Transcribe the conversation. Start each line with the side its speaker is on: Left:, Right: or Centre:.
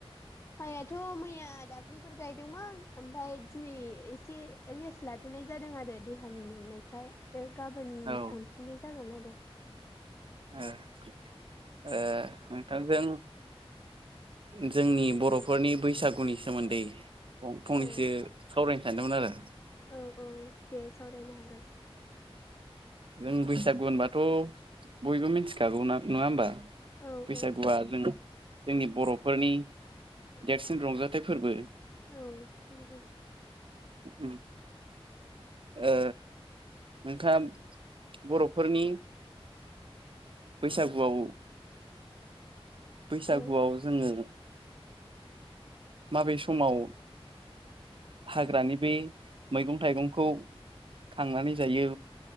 Left: माइआथ' मैया दाख्लिफोर गायदोंमोन ओमफाय दिनै एसे रेस्ट लाथ'नाय जादों आरो देहानिनो बेनिखाय अ गाबोन
Right: औ ओ
Left: थांफिननाय जागोन आरो।
Right: उम ओ नोंथां जों जोंनि बर'फोरनि बैसागुनि सोमोन्दै फं फंनैसो
Left: औ
Right: सावरायनो सानदोंमोन आरो।
Left: औ औ दे सावरायनो हागोन।
Right: नों बैसागु होनबाथ' बयबो मिथिखागौ ना नङा होमबा?
Left: औ
Right: बैसागुआ
Left: औ
Right: जों जोंनि बर'फोरनि
Left: औ
Right: देरसिन रंजाथाइ फोर्बो।
Left: औ नंगौ
Right: उम ओ। नोंथाङा बर'फोरनि बैसागुआव बैसागुआव
Left: औ
Right: जोङो। माबे समाव हाग्रानि बे मैगं थाइगंखौ खांनानै जायो।